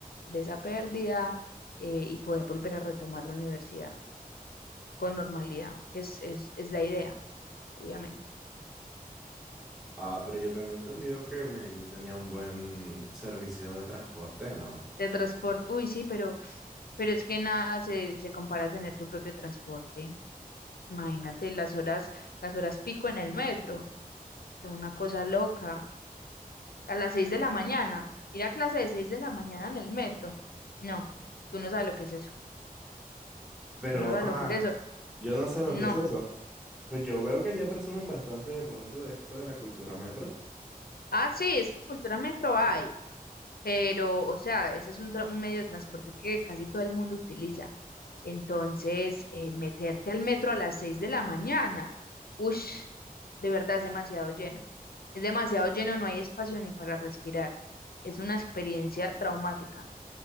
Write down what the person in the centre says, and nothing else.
Ah, pero yo tenía entendido que Medellín tenía un buen servicio de transporte, ¿no?
Pero,
ah,
yo no sé
lo que es eso. Pues yo veo que ya presumen bastante de pronto de esto de la cultura metro.